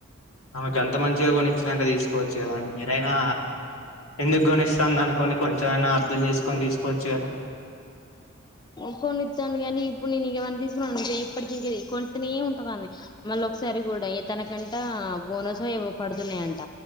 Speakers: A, on the left; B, on the left.
A: ఆమె గంత మంచిగా కొనిచ్చినాక తీసుకోవచ్చు కద అండి మీరైనా ఎందుకు కొనిస్తాంది అనుకొని కొంచెంమైనా అర్థం చేసుకొని తీసుకోవచ్చు కదా
B: చెప్పు కొనితాంది కానీ ఇప్పుడు నేను తీసుకున్న ఆమె ఎప్పటికి ఇంక కొనితనే ఉంటాది ఆమె మళ్ళ ఒకసారి కూడా తనకంటా బోనస్ ఏవో పడుతున్నాయంట